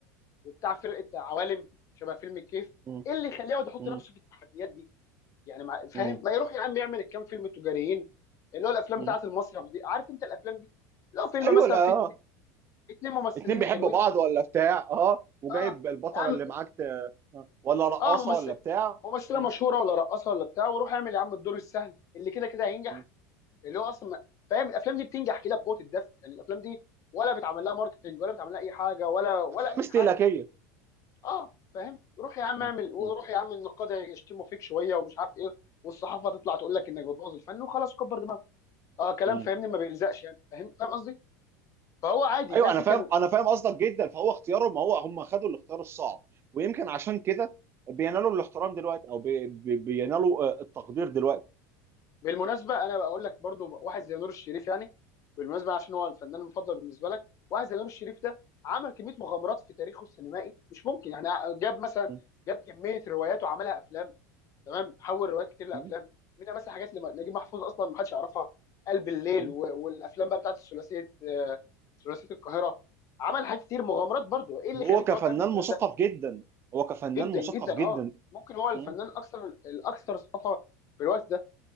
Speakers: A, on the left; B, on the right.
A: وبتاع فرقه عوالم شبه فيلم الكيف
B: مم.
A: ايه اللي يخليه يقعد يحط
B: مم.
A: نفسه في التحديات دي يعني ما فاهم
B: مم.
A: ما يروح يا عم يعمل الكام فيلم تجاريين اللي هو الافلام
B: مم.
A: بتاعه المسرح دي عارف انت الافلام دي لو فيلم
B: ايوه
A: مثلا
B: لا
A: فيه
B: آه.
A: اتنين ممثلين
B: اتنين بيحبوا
A: حلوين
B: بعض ولا بتاع اه وجايب
A: اه
B: البطله
A: يا عم
B: اللي معاك ت... آه. ولا رقاصه
A: اه ممثل
B: ولا بتاع
A: ممثله
B: مم.
A: مشهوره ولا رقاصه ولا بتاع وروح اعمل يا عم الدور السهل اللي كده كده هينجح
B: مم.
A: اللي هو اصلا ما- فاهم الافلام دي بتنجح كده بقوه الدفع يعني الافلام دي ولا بيتعمل لها ماركتنج ولا بيتعمل لها اي حاجه ولا ولا
B: افلام
A: اي
B: استهلاكيه
A: حاجه اه فاهم روح يا عم
B: مم.
A: اعمل وروح
B: مم.
A: يا عم النقاد يشتموا فيك شويه ومش عارف ايه والصحافه تطلع تقول لك انك بتبوظ الفن وخلاص كبر دماغك اه كلام
B: مم.
A: فاهمني ما بيلزقش يعني فاهم فاهم قصدي فهو عادي
B: ايوه
A: الناس
B: انا
A: دي
B: فاهم
A: كان
B: انا فاهم قصدك جدا فهو اختياره ما هو هم خدوا الاختيار الصعب ويمكن عشان كده بينالوا الاحترام دلوقتي او بي بي بينالوا آه، التقدير دلوقتي
A: بالمناسبه انا بقول لك برضو واحد زي نور الشريف يعني بالمناسبه عشان هو الفنان المفضل بالنسبه لك واحد زي نور الشريف ده عمل كميه مغامرات في تاريخه السينمائي مش ممكن يعني جاب مثلا
B: م-
A: جاب كميه روايات وعملها افلام تمام حول روايات كتير لافلام
B: م-
A: منها مثلا حاجات لنجيب محفوظ اصلا ما حدش يعرفها قلب الليل
B: م.
A: و- والافلام بقى بتاعت الثلاثيه آه، ثلاثيه القاهره عمل حاجات كتير مغامرات برضو ايه اللي
B: وهو
A: يخليك
B: كفنان
A: تقعد تعمل الكلام
B: مثقف
A: ده
B: جدا هو كفنان
A: جدا
B: مثقف
A: جدا
B: جدا
A: اه ممكن هو الفنان
B: م-
A: اكثر الاكثر ثقافه في الوقت ده